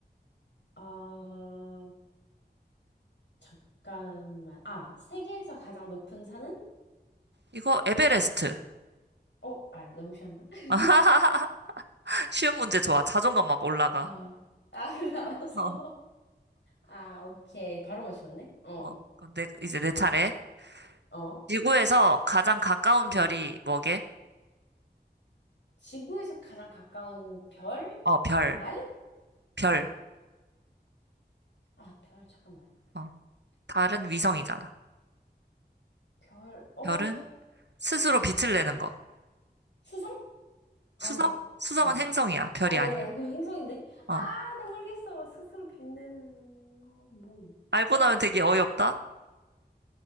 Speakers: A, on the left; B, on the right.
A: 아, 잠깐만. 아, 세계에서 가장 높은 산은?
B: 이거 에베레스트.
A: 어, 아, 너무 쉬웠나? <laughs>
B: <laughs> 아하하. 쉬운 문제 좋아. 자존감 막 올라가.
A: 아, 아, 그래, 알았어.
B: <laughs>
A: 아, 오케이. 바로 맞췄네? 어,
B: 어, 어. 그럼 내, 이제 내 차례.
A: 어,
B: 지구에서 가장 가까운 별이
A: 응.
B: 뭐게?
A: 지구에서 가장 가까운 별?
B: 어, 별.
A: 달?
B: 별.
A: 아, 별, 잠깐만.
B: 어. 달은
A: 별,
B: 위성이잖아.
A: 별, 어,
B: 별은 스스로 빛을 내는 거.
A: 수성? 아닌데.
B: 수성? 수성은
A: 잠깐만.
B: 행성이야. 별이
A: 아니, 아니,
B: 아니야.
A: 아니, 그 행성인데.
B: 어.
A: 아, 나 모르겠어. 스스로 빛내는 거, 뭐,
B: 알고
A: 태양?
B: 나면 되게 어이없다.